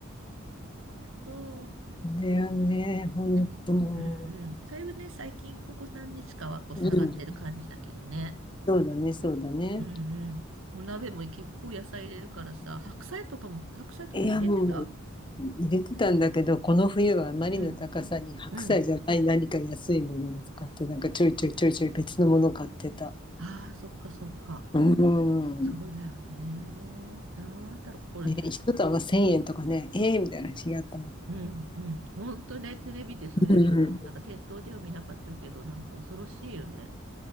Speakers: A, on the right; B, on the left.
A: うん。
B: あれはね、ほんとも
A: でもうんうん。だいぶね、最近ここ何日かはこう下がってる感じだけどね。
B: う、うん、そうだね、そうだね。
A: うんうん。お鍋も結構野菜入れるからさ、白菜とかも、白菜とかも入れてた
B: いや、もう、入れてたんだけど、この冬はあまりの高さに白菜じゃない何か安いものでとかって、
A: うん。うん。
B: なんかちょいちょいちょいちょい別のもの買ってた。
A: ああ、そっかそっか。
B: うん。
A: そうだよね。なんだろう、これ。
B: ね、一束1000円とかね、ええみたいな日があったもん。
A: うんうん。ほんとね、テレビでそれ見た。
B: うん
A: なんか店頭では見なかったけど、なんか恐ろしいよね。